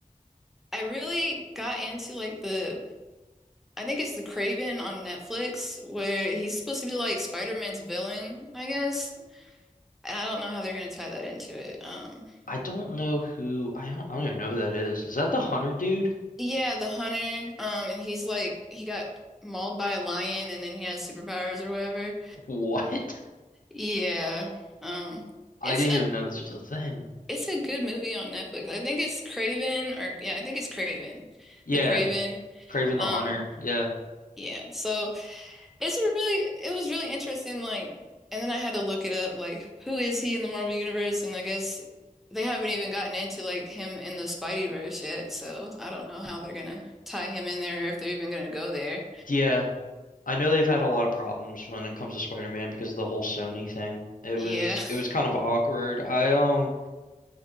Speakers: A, in the centre; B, on the left.
A: I really got into like the I think it's the Craven on Netflix where he's supposed to be like Spider-Man's villain, I guess. And I don't know how they're gonna tie that into it. Um,
B: I don't know who I don't I don't even know who that is. Is that the Hunter dude?
A: yeah, the hunter. Um, and he's like he got mauled by a lion and then he has superpowers or whatever.
B: What?
A: Yeah. Um,
B: <laughs> I
A: it's
B: didn't even
A: a
B: know this was a thing.
A: It's a good movie on Netflix. I think it's Craven or yeah, I think it's Craven.
B: Yeah,
A: The Craven.
B: Kraven
A: Um,
B: the Hunter. Yeah.
A: yeah. So it's a really it was really interesting, like and then I had to look it up, like who is he in the Marvel Universe? And I guess they haven't even gotten into like him in the Spideyverse yet, so I don't know how they're gonna tie him in there or if they're even gonna go there.
B: Yeah. I know they've had a lot of problems when it comes to Spider-Man because of the whole Sony thing. It
A: Yeah.
B: was
A: <laughs>
B: it was kind of awkward. I um